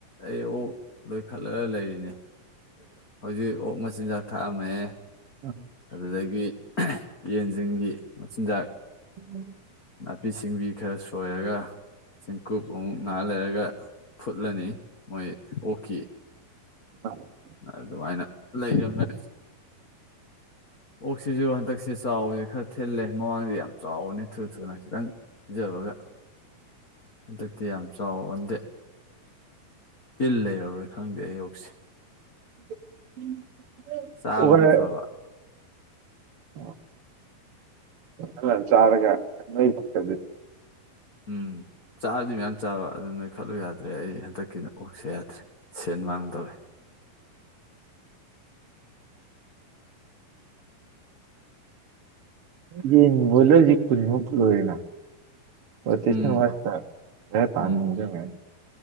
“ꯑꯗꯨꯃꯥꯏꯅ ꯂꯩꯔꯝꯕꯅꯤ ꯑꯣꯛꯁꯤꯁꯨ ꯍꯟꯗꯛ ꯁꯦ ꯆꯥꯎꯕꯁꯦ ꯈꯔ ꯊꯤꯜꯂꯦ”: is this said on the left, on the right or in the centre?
Left